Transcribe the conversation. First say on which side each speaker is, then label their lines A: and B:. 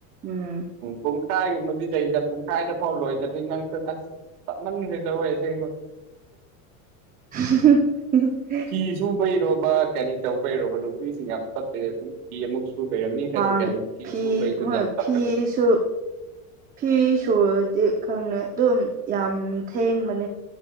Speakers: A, on the right; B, on the right.
A: ꯎꯝ
B: ꯄꯨꯡꯈꯥꯏꯒꯨꯝꯕꯗꯤ ꯂꯩꯗ ꯄꯨꯡꯈꯥꯏꯗꯐꯥꯎ ꯂꯣꯏꯗꯕꯅꯤ ꯅꯪꯁꯨ ꯑꯁ ꯆꯞꯃꯟꯈ꯭ꯔꯦꯗꯔꯣꯏꯁꯦꯡꯅ
A: <unintelligible>
B: ꯐꯤ ꯁꯨꯕꯩꯔꯣꯕ ꯀꯔꯤ ꯇꯧꯕꯩꯔꯣꯕ ꯅꯨꯄꯤꯁꯤꯡ ꯌꯥꯝ ꯇꯄꯩ ꯐꯤ ꯑꯃꯨꯛ ꯄꯦꯔꯅꯤ ꯊ
A: ꯍꯥꯡ
B: ꯀꯩ
A: ꯐꯤ
B: ꯁꯨ ꯄꯩ ꯊꯗꯤ
A: ꯍꯣꯏ
B: ꯌꯥꯝ ꯇ
A: ꯐꯤꯁꯨ ꯐꯤ ꯁꯗꯤ ꯈꯪꯅꯤꯦ ꯑꯗꯨꯝ ꯌꯥꯝ ꯊꯦꯡꯕꯅꯦ